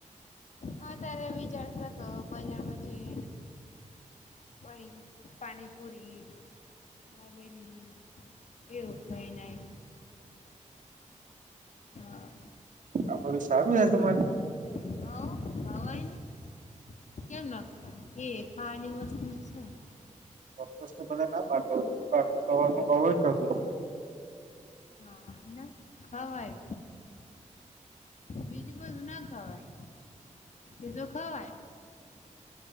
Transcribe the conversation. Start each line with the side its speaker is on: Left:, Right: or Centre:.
Left: હા ત્યારે વિચાર શકો બજારમાંથી કોઈ પાનીપુરી, દાબેલી એવું. ખઈન આઈ. હા
Right: આ બધું સારું હે યા તમારે?
Left: હવ ખવાય ને કેમ ના ખવાય એ ખાવાની વસ્તુ જ છે.
Right: ચોક્કસ તો બધાં ના પાડતો પન ખાવાનું અવોઈડ કરવું જોઈએ.
Left: હા ના ખવાય. બીજું બધુ ના ખવાય એ તો ખવાય.